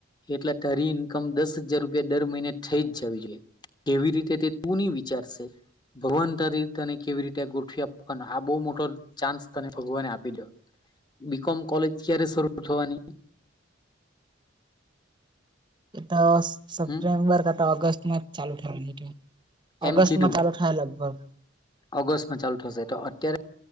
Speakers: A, on the left; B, on the right.
A: એટલે તારી ઇન્કમ દસ હજાર રૂપિયા દર મહિને થઈ જ જવી જોઈએ કેવી રીતે તે તુંની વિચારશે ભગવાન તારી તને કેવી રીતે ગોઠવી આપવાના આ બહુ મોટો ચાન્સ તને ભગવાને આપી દો બીકોમ કોલેજ ક્યારે શરૂ થવાની?
B: એ તો સેપ્ટેમ્બર
A: હમ
B: કતા ઓગસ્ટમાં. ચાલુ થાવાની ઓગસ્ટમાં
A: એમ કીધું
B: ચાલુ થાય લગભગ.
A: ઓગસ્ટમાં ચાલુ થશે તો અત્યારે